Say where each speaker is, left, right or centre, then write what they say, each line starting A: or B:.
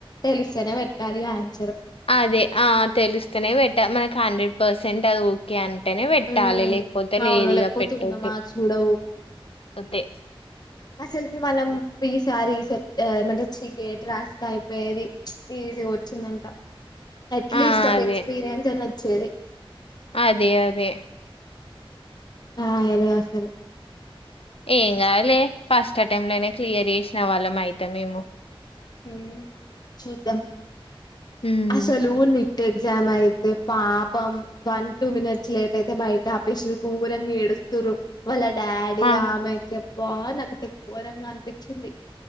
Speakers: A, on the left; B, on the left.
A: తెలిస్తేనే పెట్టాలి ఆన్సరు
B: అదే ఆ తెలుస్తనే పెట్ట మనకి హండ్రెడ్ పర్సెంట్ అది ఓకే అ ఉంటేనే పెట్టాలి
A: ఉమ్
B: లేకపోతే
A: అవును
B: లేధిగా
A: లేకపోతే
B: పెట్టొద్దు
A: ఉన్న మార్క్స్ కూడా
B: అతే
A: అసల్కి మనం ఈసారి సె చి గేట్ రాస్తే అయిపోయేది ఈజీగా వచ్చిందంట అట్లీస్ట్
B: ఆ
A: ఒక
B: అదే
A: ఎక్స్పీరియన్స్ అన్న వచ్చేది
B: అదే అదే
A: రాయలె ఆసలు
B: ఏం కాదులే ఫస్ట్ అటెంప్ట్ లోనే క్లియర్ చేసిన వాళ్ళం ఐతం మేమో
A: హ్మ్ చూద్దాం
B: ఉమ్
A: అసలుని ఎగ్జామ్ అయితే పాపం వన్ ట్వ మినిట్స్ లేట్ అయితే బయట ఆపేసి దూరంగా ఏడ్ స్తురు వాళ్ళ డాడీ
B: ఆ
A: ఆమెతే బా నాకు ఘోరంగా అనిపించింది